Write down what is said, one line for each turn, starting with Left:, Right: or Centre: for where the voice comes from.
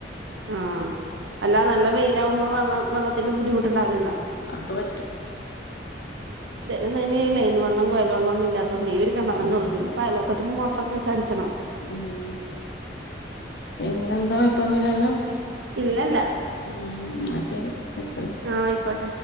Right: ആ അല്ലാ നല്ല വെയിലകുമ്പോ വ വെള്ളത്തിന് ബുദ്ധിമുട്ടുണ്ടാവലണ്ടോ
Left: പ്പറ്റും
Right: ദൈനംലൈ വെള്ളം കൊയൽെവെള്ളന്നും ഇല്ലാത്തൊണ്ട് ഈ ഒരു കിണർ
Left: ഉം
Right: നെഉള്ളു പിന്നെ അയൽപക്കത്ത് നിന്ന് മോട്ടറൊച്ചടിച്ചണം
Left: ഉം പിന്നെ എന്താ കുയപ്പൊന്നുല്ലല്ലോ
Right: ഇല്ലല്ല
Left: ഉ ന്നാ ശരി വെച്ചളി
Right: ആഹ് ആയിക്കോട്ടെ